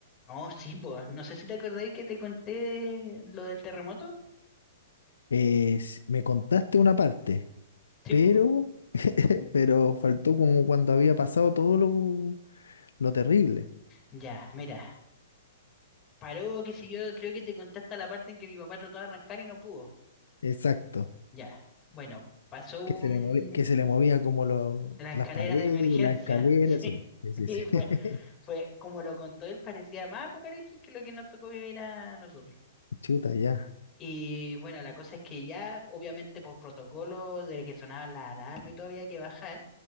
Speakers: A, on the left; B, on the left.
A: No, sí, pues, no sé si te acordáis que te conté lo del terremoto.
B: Es- me contaste una parte,
A: Sí,
B: pero,
A: pues,
B: <laughs> pero faltó como cuando había pasado todo lo, lo terrible.
A: Ya, mira, paró, qué sé yo, creo que te conté hasta la parte en que mi papá trató de arrancar y no pudo.
B: Exacto.
A: Ya, bueno, pasó un...
B: Que se le movía, que se le movía como lo-
A: la escalera
B: las paredes,
A: de emergencia,
B: las escaleras.
A: <laughs> sí.
B: Sí, sí,
A: Y
B: sí.
A: fue,
B: <laughs>
A: fue, como lo contó él, parecía más apocalipsis que lo que nos tocó vivir a nosotros.
B: Chuta, ya.
A: Y bueno, la cosa es que ya, obviamente por protocolo de que sonaba la alarma y todo había que bajar.